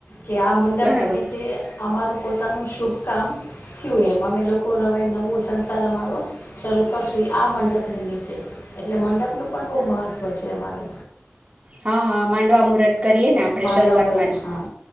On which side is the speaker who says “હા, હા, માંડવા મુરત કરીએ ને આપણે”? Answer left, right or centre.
Right